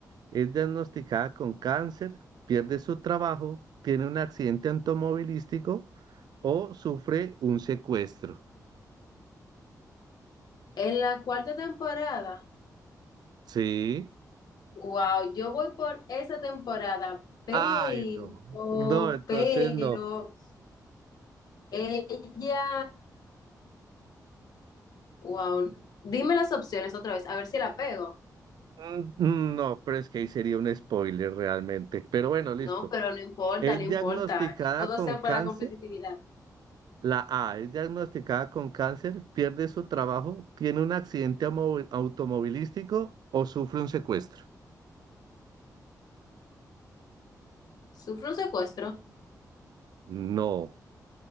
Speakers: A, on the right; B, on the left.
A: Es diagnosticada con cáncer, pierde su trabajo, tiene un accidente automovilístico o sufre un secuestro.
B: En la cuarta temporada,
A: Sí.
B: wow, yo voy por esa temporada, pero,
A: Ay, no. No, entonces
B: pero
A: no.
B: Ella, wow, dime las opciones otra vez, a ver si la pego.
A: Mm, mm, No, pero es que ahí sería un spoiler realmente. Pero bueno, listo.
B: No, pero no importa,
A: Es
B: no importa.
A: diagnosticada
B: Eh, Todo
A: con
B: sea
A: cáncer
B: por la competitividad.
A: La A es diagnosticada con cáncer, pierde su trabajo, tiene un accidente amo- automovilístico o sufre un secuestro.
B: ¿Sufre un secuestro?
A: No,